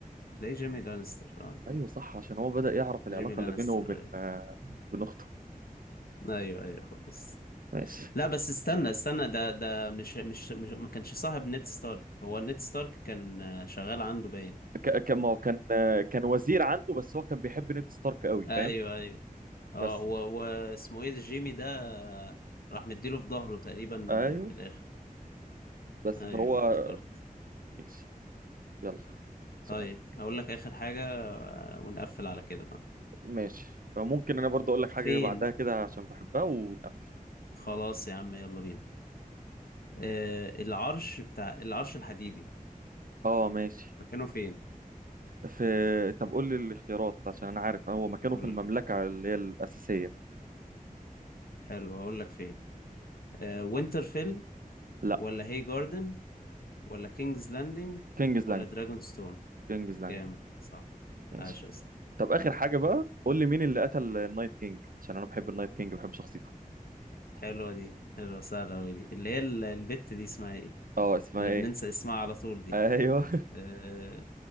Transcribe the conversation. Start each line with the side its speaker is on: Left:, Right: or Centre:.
Left: تلاقي جيمي لانستر اه
Right: ايوه صح عشان هو بدأ يعرف العلاقة
Left: جيمي لانستر
Right: اللي بينه وبين
Left: ايوه
Right: آه، بين اخته
Left: ايوه ايوه خلاص
Right: ماشي
Left: لا بس استنى استنى ده ده مش مش, مش ما كانش صاحب نيد ستارك هو نيد ستارك كان آه، شغال عنده باين
Right: ك- كان ما هو كان كان وزير عنده بس هو كان بيحب نيد ستارك قوي
Left: ايوه
Right: فاهم
Left: ايوه اه
Right: بس
Left: و- واسمه ايه ده، جيمي ده آه، راح مديله في ظهره تقريبا
Right: ايوه
Left: آه، في الاخر
Right: بس
Left: ايوه
Right: فهو
Left: افتكرت
Right: ماشي يلا سؤالك
Left: طيب اقول لك اخر حاجة آه، ونقفل على كده بقى
Right: ماشي ممكن انا برضو اقول لك
Left: فين
Right: حاجه بعدها كده عشان بحبها ونقفل
Left: خلاص يا عم يلا بينا آه العرش بتاع العرش الحديدي
Right: اه ماشي
Left: مكانه فين
Right: في طب قول لي الاختيارات عشان انا عارف هو مكانه
Left: اقول
Right: في المملكه
Left: لك
Right: اللي هي الاساسيه
Left: حلو هقول لك فين آه وينترفيل
Right: لا
Left: ولا هي جاردن ولا كينجز لاندنج
Right: كينجز
Left: ولا
Right: لاند
Left: دراجون ستون
Right: كينجز لاند
Left: جامد صح
Right: ماشي
Left: عاش اصلا
Right: طب اخر حاجه بقى قول لي مين اللي قتل النايت كينج عشان انا بحب النايت كينج بحب شخصيته
Left: حلوة دي حلوة سهلة أوي دي اللي هي ال- البت دي اسمها ايه
Right: اه اسمها
Left: اللي
Right: ايه
Left: بننسى اسمها على طول دي
Right: ايوه
Left: آه...